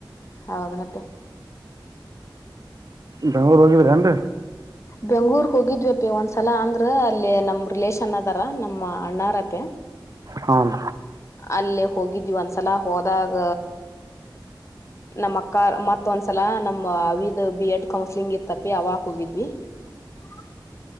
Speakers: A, on the left; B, on the right.
A: ಹ ಅದನತ್ತೆ
B: ನೂರು ರೋಗಿರಂಡ
A: ಬೆಂಗ್ಳೂರ್ ಹೋಗಿದ್ವಿಪಿ ಒಂದ್ಸಲ ಅಂದ್ರ ಅಲ್ಲಿ ನಮ ರಿಲೇಶನ್ ಅದಾರ ನಮ್ಮ ಅಣ್ಣಾರತೆೆ
B: ಹಾಂ
A: ಅಲ್ಲೇ ಹೋಗಿದ್ವಿ ಒಂದ್ಸಲ ಹೋದಾಗ ನಮ್ ಅಕ್ಕ ಮತ್ ಒಂದ್ಸಲ ನಮ್ಮ್ ಅವಿದ್ ಬಿ ಎಡ್ ಕೌನ್ಸ್ಲಿಂಗ್ ಇತ್ತಪಿ ಅವ ಹೋಗಿದ್ವಿ ಹ <inaudible>